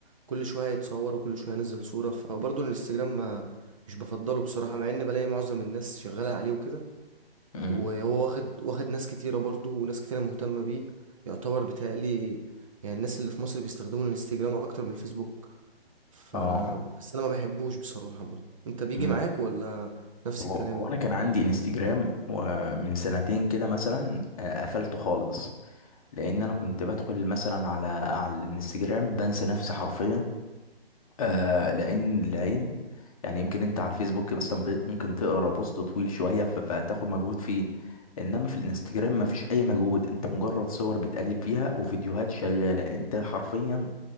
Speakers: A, on the right; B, on the left.
A: كل شوية يتصور وكل شوية ينزل صورة فبرضه الانستجرام ما مش بفضله بصراحة مع ان بلاقي معظم الناس شغالة عليه وكده
B: مم.
A: وهو واخد واخد ناس كتيرة برضه وناس كتيرة مهتمة بيه يعتبر بيتهيألي يعني الناس اللي في مصر بيستخدموا الانستجرام اكتر من الفيسبوك ف
B: اه
A: بس انا ما بحبوش بصراحة برضه انت بيجي
B: مم.
A: معاك ولا نفس
B: هو
A: الكلام
B: هو انا كان عندي انستجرام ومن سنتين كده مثلا آه، قفلته خالص لان انا كنت بدخل مثلا على على الانستجرام بنسى نفسي حرفيا آه لان العين يعني يمكن انت على الفيسبوك مثلا ب- ممكن تقرا بوست طويل شويه ف- فتاخد مجهود فيه انما في الانستجرام مفيش اي مجهود انت مجرد صور بتقلب فيها وفيديوهات شغاله انت حرفيا